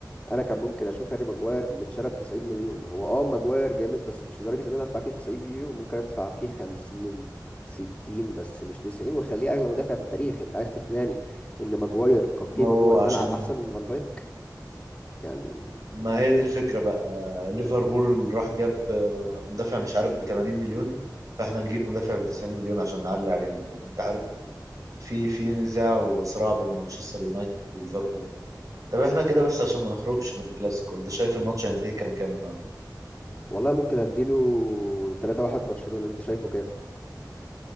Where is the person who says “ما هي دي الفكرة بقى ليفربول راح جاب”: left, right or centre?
Right